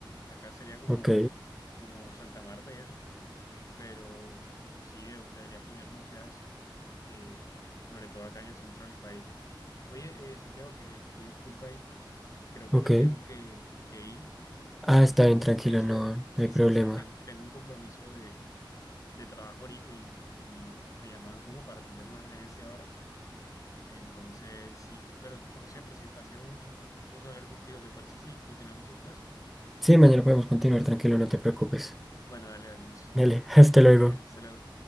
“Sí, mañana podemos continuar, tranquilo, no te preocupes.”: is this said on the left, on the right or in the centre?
Centre